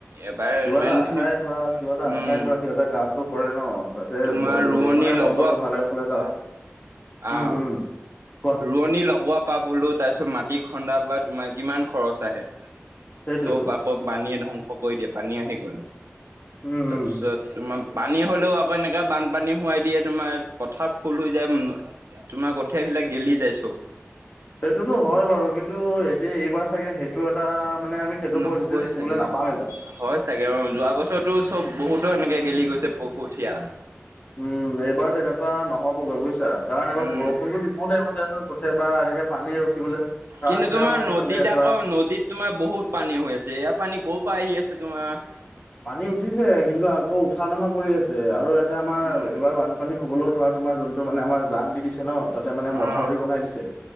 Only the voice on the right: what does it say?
এবাৰ।
ইমান
খিনি
উম
তোমাৰ
ৰোৱনী
লগোৱা
বা
আহ
ৰোৱনী লগোৱা প বলো তাৰ পিছত মাটি খন্দা পৰা তোমাৰ কিমান খৰচ আহে-
চব আকৌ পানীয়ে ধ্বংস কৰি দিয়ে পানী আহি গলে।
তাৰপিছত
তোমাৰ পানী হ'লেও আকৌ এনেকা বানপানী সোৱাই দিয়ে তোমাৰ। পথাৰ ফুল হৈ যায় তোমাৰ কঠিয় বিলাক গেলি যাই চব।
নহবই
চাগে এইবাৰ
হয় চাগে অ যোৱা বছৰতৰতো চব বহুত। এনেকে গেলি গৈছে প কঠীয়া।
উম।
কিন্তু
তোমাৰ
নদীত আকৌ
নদীত তোমাৰ বহুত পানী হৈ আছে ইয়াাৰ পানী- কৰ পাই আহি আছে তোমাৰ-
উম
অ